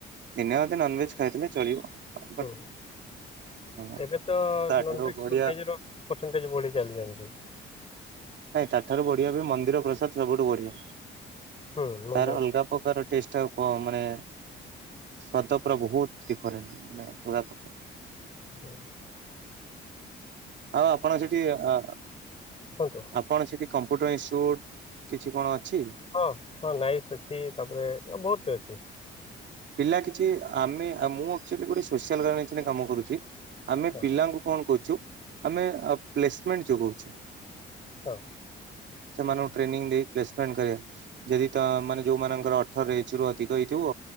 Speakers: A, on the right; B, on the left.
A: ଦିନେ ଅଧେ ନନ ଭେଜ। ଖାଇଥିଲେ ଚଳିବ। ବଟ୍
B: <unintelligible>
A: ହଁ
B: ପରସେଣ୍ଟେଜ
A: ତାଠାରୁ ବଢ଼ିଆ
B: ବଢି ଚାଲିଚନ୍ତି।
A: ନାଇ ତା ଠାରୁ ବଢିଆ ବି ମନ୍ଦିର ପ୍ରସାଦ ସବୁଠୁ ବଢିଆ
B: ହୁଁ ମନ୍ଦିର
A: ତାର ଅଲଗା ପ ତାର ଟଷ୍ଟ ଆଉ କୁଅ ମାନେ ଶ୍ଵାଦ ପୁରା ବହୁତ। ଡିଫରେଣ୍ଟ ମାନେ ମୂଳା ପରଟା।
B: ହ
A: ଆଉ ଆପଣ ସେଠି ଆ
B: କୁହନ୍ତୁ
A: କଣ ସେଠି କମ୍ପ୍ୟୁଟର ଇନଷ୍ଟିଚ୍ୟୁଟ୍ କିଛି କ ଣ ଅଛି।
B: ହଁ ହଁ ନାଇସ୍ ଅଛି ତାପରେ ଆଉ ବହୁତ ଅଛି।
A: ପିଲା କିଛି ଆମେ ମୁଁ ଆକଚୁଆଲି ଗୋଟେ ସୋସିଆଲ ଅରଗାନାଇଜେସନ ରେ କାମ କରୁଛି। ଆମେ
B: ହଁ
A: ପିଲାଙ୍କୁ କଣ କହୁଛୁ ଆମେ ପ୍ଲେସମେଣ୍ଟ ଯୋଗଉଛୁ।
B: ହଁ।
A: ସେମାନଙ୍କୁ ଟ୍ରେନିଂ ଦେଇ ପ୍ଲେସମେଣ୍ଟ କରିବା। ଯଦି ତ ମାନେ ଯୋଉମାନଙ୍କର ଅଠର ଏଜ୍ ରୁ ଅଧିକ ହେଇଥିବ।